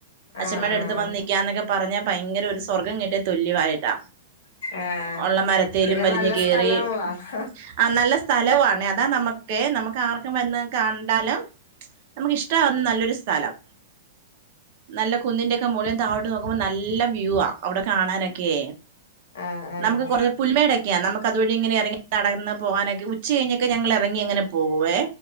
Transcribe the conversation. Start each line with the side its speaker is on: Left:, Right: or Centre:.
Right: അച്ഛമ്മയുടെ
Left: ആഹ് ആഹ്
Right: അടുത്ത് വന്ന് നിക്കാന്നൊക്കെ പറഞ്ഞാ ഭയങ്കര ഒരു സ്വർഗം കിട്ടിയ തുല്യായിട്ടാ
Left: ആഹ്
Right: ഒള്ള മരത്തേലും
Left: പിന്നെ
Right: വലിഞ്ഞ്
Left: നല്ല
Right: കേറി
Left: സ്ഥലാണല്ലോ ആഹ്
Right: ആഹ് നല്ല സ് സ്ഥലവാണേ അതാ നമുക്ക് നമുക്ക് ആർക്കും വന്ന് കണ്ടാലും നമുക്കിഷ്ടാവുന്ന നല്ലൊരു സ്ഥലം നല്ല കുന്നിന്റേക്കെ മോളിന്ന് താഴോട്ട് നോക്കുമ്പോ നല്ല വ്യൂ ആഹ് അവിടെ കാണാനൊക്കെ
Left: ആഹ് ആഹ്
Right: നമുക്ക് കൊറേ പുൽമേടൊക്കെയാ നമുക്കതുവഴി ഇങ്ങനെ എറങ്ങി നടന്ന് പോകാനൊക്കെ ഉ ച്ച കഴിഞ്ഞൊക്കെ ഞങ്ങൾ എ റങ്ങി അങ്ങനെ പോവേ